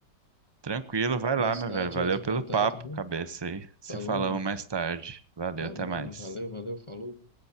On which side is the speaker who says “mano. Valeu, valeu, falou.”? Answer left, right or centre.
Left